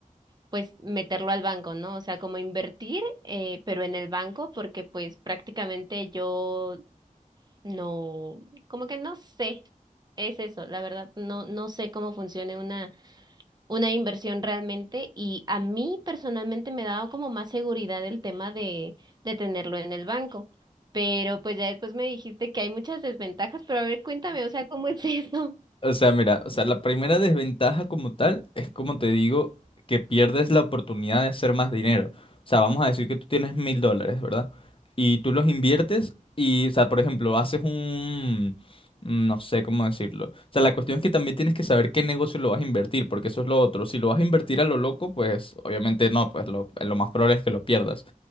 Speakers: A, on the right; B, on the left.
A: pues meterlo al banco, ¿no? O sea, como invertir, eh, pero en el banco, porque pues prácticamente yo no, como que no sé, es eso, la verdad, no, no sé cómo funcione una, una inversión realmente y a mí personalmente me ha dado como más seguridad el tema de, de tenerlo en el banco, pero pues ya después me dijiste que hay muchas desventajas, pero a ver, cuéntame, o sea, ¿cómo es <laughs> eso?
B: O sea, mira, o sea, la primera desventaja como tal es como te digo, que pierdes la oportunidad de hacer más dinero. O sea, vamos a decir que tú tienes mil dólares, ¿verdad? Y tú los inviertes y, o sea, por ejemplo, haces un... mm, No sé cómo decirlo. O sea, la cuestión es que también tienes que saber qué negocio lo vas a invertir, porque eso es lo otro. Si lo vas a invertir a lo loco, pues obviamente no, pues lo, lo más probable es que lo pierdas